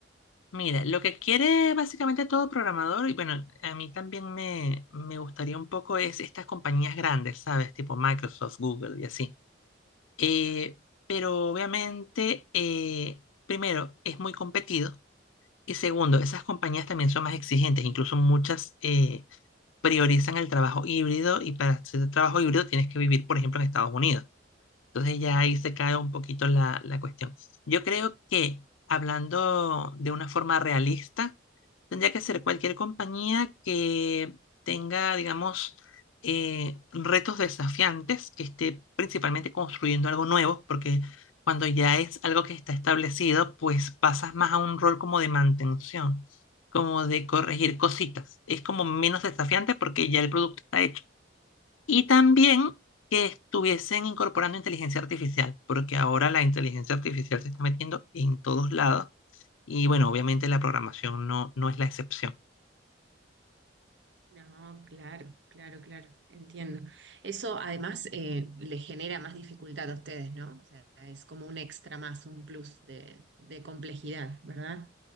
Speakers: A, on the left; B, on the right.
A: Mira, lo que quiere básicamente todo programador, y bueno, a mí también me, me gustaría un poco es estas compañías grandes, ¿sabes? Tipo Microsoft, Google y así. Eh,
B: Claro,
A: pero obviamente, eh, primero, es muy competido y segundo, esas compañías también son más exigentes, incluso muchas eh, priorizan el trabajo híbrido y para hacer trabajo híbrido tienes que vivir, por ejemplo, en Estados Unidos. Entonces ya ahí
B: claro.
A: se cae un poquito la, la cuestión. Yo creo que hablando de una forma realista, Tendría que ser cualquier compañía que tenga, digamos, eh, retos desafiantes, que esté principalmente construyendo algo nuevo, porque cuando ya es algo que está establecido, pues pasas más a un rol como de mantención, como de corregir cositas. Es como menos desafiante porque ya el producto está hecho. Y también que estuviesen incorporando inteligencia artificial, porque ahora la inteligencia artificial se está metiendo en todos lados. Y bueno, obviamente la programación no, no es la excepción.
B: No, claro, claro, claro, entiendo. Eso además eh, le genera más dificultad a ustedes, ¿no? O sea, es como un extra más, un plus de, de complejidad, ¿verdad?